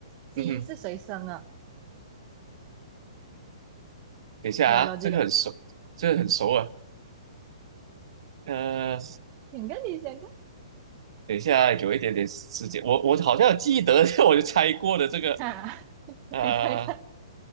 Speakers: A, on the right (about 35°); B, on the right (about 65°).
A: 鸡是谁生的？
B: 嗯哼。等一下啊，
A: 没有到这个，
B: 这个很熟，这个很熟啊。呃，
A: 想跟你想
B: 等一下有一点点时间，我我好像有记得，<laughs> 我就猜过的这个，
A: 看啊，
B: 呃，
A: 你猜看